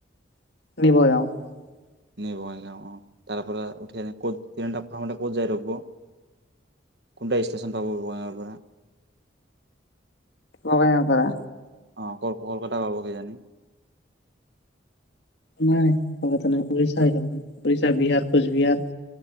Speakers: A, on the left; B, on the right.
A: <unintelligible>
B: এ বঙাইগাঁও অ তাৰ পৰা উঠিকেনে ক'ত <unintelligible> প্ৰথমতে ক'ত যাই ৰখিব কোনটা ষ্টেশচন পাব বঙাইগাঁৱৰ পৰা
A: বঙাইগাঁও পৰা
B: ক- অ ক কলকাতা পাব কিজানি
A: <unintelligible> উৰিষা বিহাৰ কোচবিহাৰ